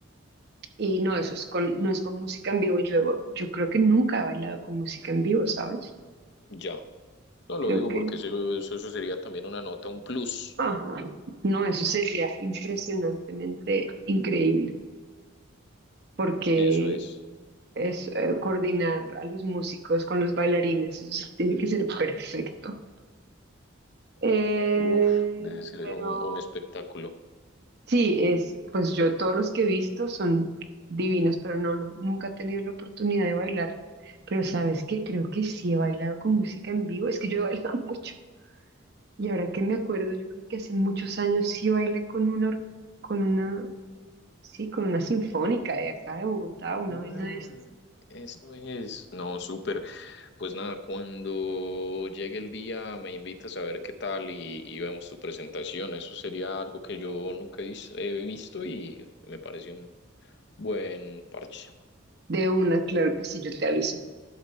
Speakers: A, on the right; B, on the left.
A: y no, eso es con, no es con música en vivo. Yo, yo creo que nunca he bailado con música en vivo, ¿sabes?
B: Ya. No lo
A: Creo
B: digo
A: que...
B: porque eso, eso, eso sería también una nota, un plus.
A: Ah, no, eso sería impresionantemente increíble, porque
B: Eso es.
A: es eh, coordinar a los músicos con los bailarines, eso sí tiene que ser perfecto. Eh,
B: Uf, debe ser
A: pero...
B: un, un espectáculo.
A: Sí, es, pues yo todos los que he visto son divinos, pero no, no, nunca he tenido la oportunidad de bailar. Pero sabes que creo que sí he bailado con música en vivo, es que yo he bailado <laughs> mucho. Y ahora que me acuerdo, yo creo que hace muchos años sí bailé con una, or- con una, sí, con una sinfónica de acá de Bogotá, una
B: Ah,
A: vaina de esas.
B: eso es. No, súper. Pues nada, cuando llegue el día me invitas a ver qué tal y, y vemos tu presentación. Eso sería algo que yo nunca he vis- he visto y me parece un buen parche.
A: De una, claro que sí, yo te aviso.